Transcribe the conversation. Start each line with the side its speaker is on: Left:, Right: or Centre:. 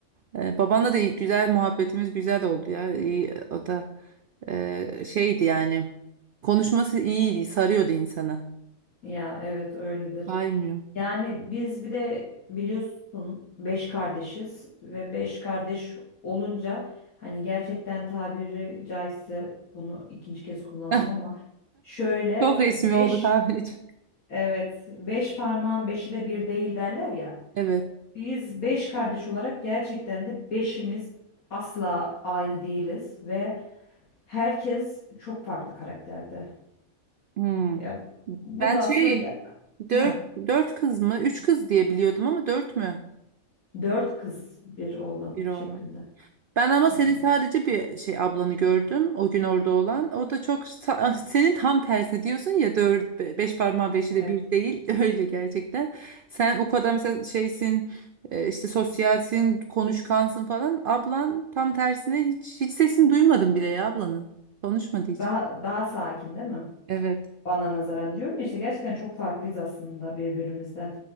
Right: E, babanla da iyi- güzel muhabbetimiz güzel oldu ya. İyi, o da e, şeydi yani. Konuşması iyiydi, sarıyordu insanı.
Left: Ya evet öyledir.
Right: Saymıyor.
Left: Yani biz bir de biliyorsun beş kardeşiz ve beş kardeş olunca hani gerçekten tabiri caizse bunu ikinci kez kullandım
Right: <laughs>
Left: ama şöyle
Right: Çok resmi
Left: beş
Right: oldu tabirci.
Left: Evet, beş parmağın beşi de bir değil derler ya.
Right: Evet.
Left: Biz beş kardeş olarak gerçekten de beşimiz asla aynı değiliz ve herkes çok farklı karakterde.
Right: Hmm.
Left: Ya bu
Right: Ben
Left: da
Right: şey
Left: aslında bir Heh,
Right: dört, dört kız mı? Üç kız diye biliyordum ama dört mü?
Left: dört kız bir oğlan
Right: Bir
Left: şeklinde.
Right: oğlan. Ben ama
Left: Aynen.
Right: senin sadece bir şey ablanı gördüm. O gün orada olan. O da çok sa- ah, senin tam tersi diyorsun ya dört, be- beş parmağı beşi
Left: Evet.
Right: de bir değil. <laughs> Öyle gerçekten. Sen o kadar mesela şeysin e, işte sosyalsin, konuşkansın falan. Ablan tam tersine hiç hiç sesini duymadım bile ya ablanın. Konuşmadı hiç.
Left: Daha daha sakin değil mi?
Right: Evet.
Left: Bana nazaran diyorum ya işte gerçekten çok farklıyız aslında birbirimizden.